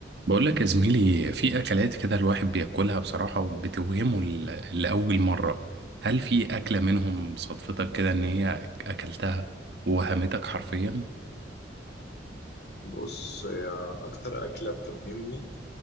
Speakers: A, on the right; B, on the left.
A: بقول لك يا زميلي في اكلات كده الواحد بياكلها بصراحة وبتوهمه ل- لأول مرة هل في اكلة منهم صدفتك كده ان هي اكلتها ووهمتك حرفيا
B: بص هي أكتر أكلة بتوهمني